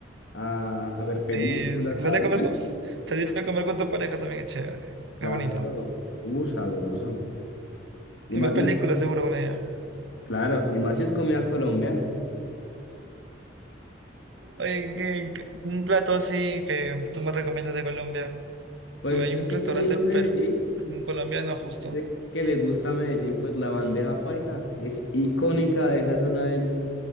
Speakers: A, on the left; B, on the right.
A: a, a ver películas,
B: Sí, sí,
A: a
B: salir
A: dar
B: a comer
A: bueno.
B: con, salir a comer con tu pareja también es chévere.
A: Claro,
B: Es bonito.
A: uh, sabroso. Y
B: Y
A: más
B: ves
A: si
B: películas
A: es co-
B: seguro con ella.
A: claro, y más si es comida colombiana.
B: Oye, ¿qué- qué- un plato así que tú me recomiendas de Colombia.
A: Pues
B: Porque
A: usted
B: hay un
A: que
B: restaurante
A: quiere ir a Medellín.
B: per- un colombiano justo.
A: dice que le gusta a Medellín, pues la bandeja paisa es icónica de esa zona del,